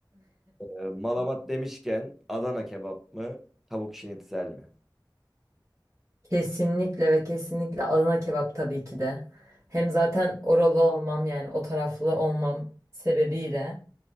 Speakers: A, in the centre; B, on the right (about 40°).
A: Ee, malamat demişken Adana kebap mı? Tavuk şinitzel mi?
B: Kesinlikle ve kesinlikle Adana kebap tabii ki de. Hem zaten oralı olmam yani o taraflı olmam sebebiyle.